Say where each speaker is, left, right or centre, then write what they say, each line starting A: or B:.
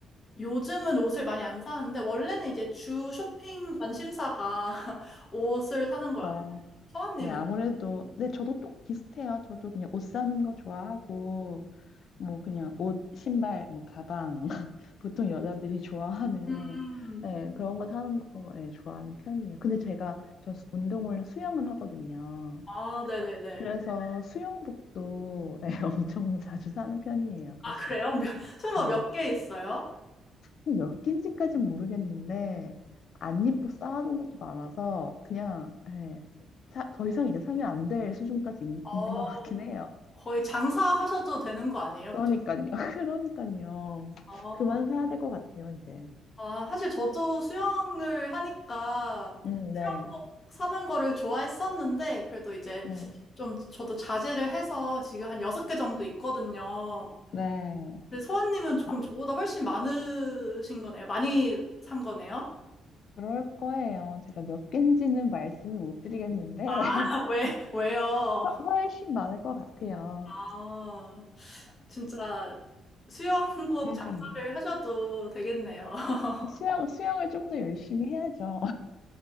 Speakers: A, on the left; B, on the left.
A: 요즘은 옷을 많이 안 사는데 원래는 이제 주 쇼핑 관심사가 <laughs> 옷을 사는
B: 그렇죠.
A: 거예요. 서원님은?
B: 네, 아무래도 네, 저도 똑 비슷해요. 저도 그냥 옷 사는 거 좋아하고 뭐 그냥 옷, 신발, 뭐 가방 <laughs> 보통 여자들이 좋아하는
A: 음,
B: 네, 그런 거 사는 거 네, 좋아하는 편이에요. 근데 제가 저 수- 운동을 수영을 하거든요.
A: 아, 네네네.
B: 그래서 수영복도 <laughs> 예, 엄청 자주 사는 편이에요,
A: 아,
B: 사실.
A: 그래요? 몇, 설마
B: 네.
A: 몇 개 있어요?
B: 몇 개인지까진 모르겠는데 안 입고 쌓아둔 것도 많아서 그냥 예, 사- 더 이상 이제 사면 안 될 수준까지
A: 어,
B: 있, 는것 같긴 해요.
A: 거의 장사하셔도 되는 거 아니에요?
B: 그러니까요.
A: 그죠?
B: <laughs> 그러니까요.
A: 아,
B: 그만 사야 될 것 같아요, 이제.
A: 아, 사실 저도 수영을 하니까
B: 음,
A: 수영복
B: 네.
A: 사는 거를 좋아했었는데, 그래도 이제
B: 네.
A: 좀 저도 자제를 해서 지금 한 여섯 개 정도 있거든요.
B: 네.
A: 근데 서원님은 그럼
B: 아,
A: 저보다 훨씬 많으신 거네요? 많이 산 거네요?
B: 그럴 거예요. 제가 몇 개인지는 말씀을 못 드리겠는데 <laughs>
A: <laughs> 왜, 왜요?
B: 훨- 훨씬 많을 것 같아요.
A: 아, 진짜 수영복
B: 그러니까요.
A: 장사를 하셔도 되겠네요. <laughs>
B: 수영, 수영을 좀 더 열심히 해야죠.